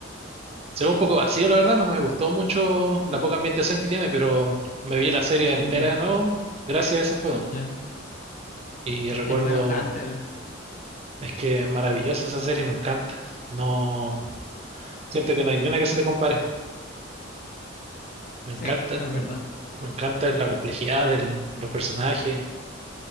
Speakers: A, on the right; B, on the left.
A: se ve un poco vacío, la verdad, no me gustó mucho
B: Mm,
A: la poca ambientación que tiene, pero me vi la serie entera
B: mm,
A: de nuevo gracias a ese juego.
B: ya.
A: Y recuerdo,
B: Es bueno Hunter.
A: es que es maravillosa esa serie, me encanta. No, siento que no hay ni una que se le compare. Me encanta,
B: Sí, es verdad.
A: me, me encanta la complejidad de los personajes,